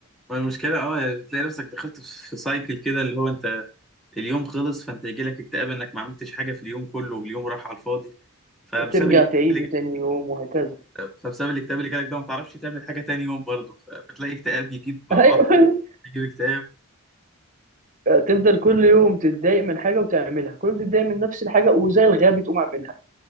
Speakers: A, in the centre; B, on the right.
A: ما المشكله اه يعني بتلاقي نفسك دخلت في سايكل كده اللي هو انت اليوم خلص فانت يجيلك اكتئاب انك ما عملتش حاجه في اليوم كله واليوم راح على الفاضي فبسبب
B: ترجع
A: الاكتئاب
B: تعيد وتاني يوم وهكذا
A: فبسبب الاكتئاب اللي جالك ده ما تعرفش تعمل حاجه تاني يوم برضه ف- فتلاقي اكتئاب يجيب عطل
B: <laughs> ايوه
A: يجيب اكتئاب
B: تفضل كل يوم تتضايق من حاجه وتعملها كل يوم تتضايق من نفس الحاجه وزي الغبي تقوم اعملها